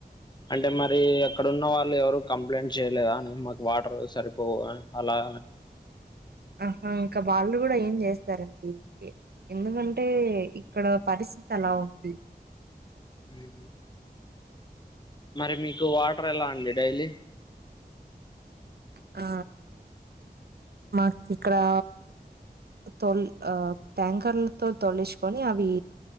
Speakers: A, on the left; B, on the right.
A: అంటే మరి అక్కడున్న వాళ్ళు ఎవరు కంప్లైంట్ చేయలేదా అని మాకు వాటర్ సరిపోవు అలా
B: ఆహా ఇంకా వాళ్ళు కూడా ఏం చేస్తారండి ఎందుకంటే ఇక్కడ పరిస్థితి అలా ఉంది
A: ఉహుమ్ మరి మీకు వాటర్ ఎలా అండి డైలీ
B: ఆ మాకు ఇక్కడా తొల్ ఆ టాంకర్లతో తోలిచుకొని అవి